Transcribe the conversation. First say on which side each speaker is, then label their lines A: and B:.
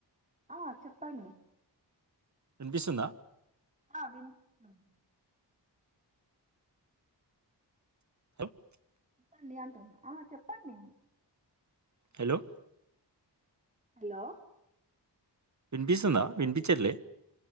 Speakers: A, on the right; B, on the right.
A: ఆ చెప్పండి
B: వినిపిస్తుందా
A: ఆ వినిపిస్తుంది
B: <unintelligible>
A: చెప్పండి అంటున్నా ఆ చెప్పండి
B: హలో
A: హలో
B: వినిపిస్తుందా విన్పిచట్లే